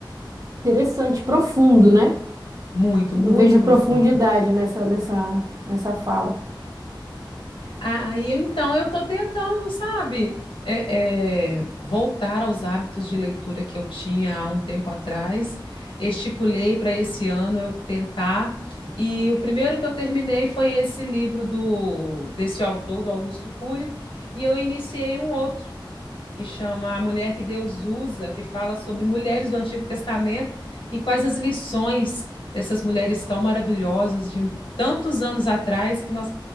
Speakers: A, on the right (about 40°); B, on the left (about 85°).
A: Interessante, profundo, né?
B: Muito,
A: Eu
B: muito
A: vejo
B: profundo.
A: profundidade nessa, nessa, nessa fala.
B: Aí, ah, então, eu estou tentando, sabe, é, é, voltar aos hábitos de leitura que eu tinha há um tempo atrás. Estipulei para esse ano eu tentar. E o primeiro que eu terminei foi esse livro do, desse autor, do Augusto Cury, e eu iniciei um outro que chama A Mulher que Deus Usa, que fala sobre mulheres do Antigo Testamento e quais as lições dessas mulheres tão maravilhosas de tantos anos atrás que nós